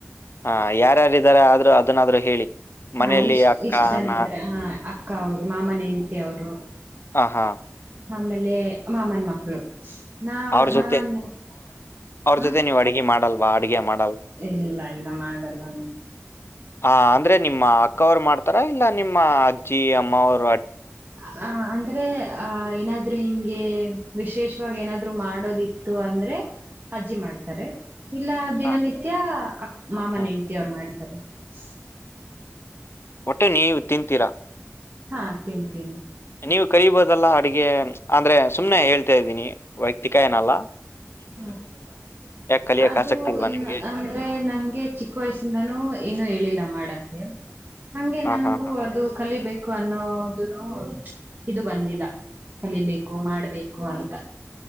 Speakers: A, on the left; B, on the right.
A: ಹಾ ಯಾರ್ಯಾರ್ದಾರ ಆದ್ರೂ ಅದನ್ನಾದ್ರರು ಹೇಳಿ
B: ಹಾ
A: ಮನೆಯಲ್ಲಿ
B: ಇಷ್ಟ
A: ಅಕ್ಕ
B: ಎಷ್ಟು ಜನ
A: ಅಣ್ಣ
B: ಇದ್ದಾರೆ ಹಾ ಅಕ್ಕ ಅವರು ಮಾಮನ ಹೆಂಡಟಿ ಅವರು
A: ಹ ಹಾ
B: ಆಮೇಲೆ ಮಾಮನ ಮಕ್ಕಳು ನಾವ್
A: ಅವ್ರ ಜೊತೆ
B: ನಾನ್
A: ಅವ್ರ
B: ಹ
A: ಜೊತೆ ನೀವು್ ಅಡಗೆ ಮಾಡಲ್. ಬಾಡಿಗೆ ಮಾಡ
B: ಇಲ್ಲ ಇಲ್ಲ ಮಾಡಲ್ಲ ನು
A: ಹಾ ಅಂದ್ರೆ ನಿಮ್ಮ ಅಕ್ಕವ್ರು ಮಾಡ್ತಾರೆ ತರ ಇಲ್ಲ ನಿಮ್ಮ ಅಜ್ಜಿ ಅಮ್ಮವರು
B: ಹ ಅಂದ್ರೆ ಅ ಏನಾದ್ರು ಹಿಂಗೆ ವಿಶೇಷವಾಗಿ ಏನಾದ್ರು ಮಾಡೋದಿತ್ತು ಅಂದ್ರೆ ಅಜ್ಜಿ ಮಾಡ್ತಾರೆ ಇಲ್ಲ ದಿನನಿತ್ಯ
A: ಹಾ.
B: ಅ ಮಾಮ
A: ಹ್ಮ್
B: ಹೆೆಂಡ್ತಿ ಅವ್ರು ಮಾಡ್ತಾರೆ ಸ್
A: ಒಟ್ಟೆ ನೀವು ತಿಂತೀರಾ
B: ಹಾ ತಿನ್ಂತೀನಿ
A: ನೀವು ಕಲಿಬಹುದೆಲ್ಲ ಅಡುಗೆ ಅಂದ್ರೆ ಸುಮ್ನೆ ಹೇಳ್ತಾ ಇದ್ದೀನಿ ವೈಯಕ್ತಿಕ ಏನಲ್ಲಾ
B: ಹ
A: ಕಲಿಯಕ್
B: ಅದು
A: ಆಸಕ್ತಿ ಇಲ್ವಾ ನಿಮ್ಗೆ
B: ಅಂದ್ರೆ ನಂಗೆ ಚಿಕ್ಕ ವಯಸ್ಸಿಂದಾನೂ ಏನು ಹೇಳಿಲ್ಲ ಮಾಡ ಕೆ ಹಂಗೆ
A: ಹಾ
B: ನನ್ಗೂ
A: ಹಾ ಹಾ
B: ಅದು ಕಲಿಬೇಕು ಅನ್ನೋದು ಇದು ಬಂದಿಲ್ಲ ಕಲಿಬೇಕು ಮಾಡ್ಬೇಕು ಅಂತ